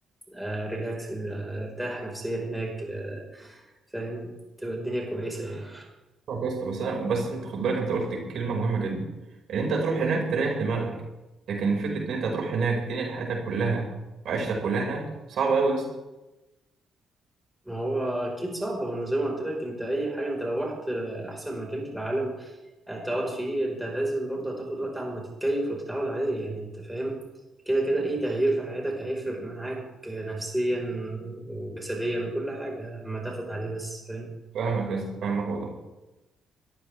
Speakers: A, in the centre; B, on the right.
A: آه، ريلاكس آه، ارتاح نفسيا هناك آه، فاهم تبقى الدنيا كويسة يعني
B: فاهمك يا اسطى بس انا بس انت خد بالك انت قلت كلمه مهمه جدا ان انت تروح هناك تريح دماغك لكن الفكره ان انت تروح هناك تنقل حياتك كلها وعيشتك كلها هناك صعب قوي يا اسطى
A: ما هو أكيد صعب هو أنا زي ما قلت لك أنت أي حاجة أنت لو رحت آه، أحسن مكان في العالم هتقعد فيه أنت لازم برضه هتاخد وقت عما تتكيف وتتعود عليه يعني أنت فاهم كده كده أي تغيير في حياتك هيفرق معاك آه، نفسيا وجسديا وكل حاجة أما تاخد عليه بس فاهم
B: فاهمك يا اسطى فاهمك والله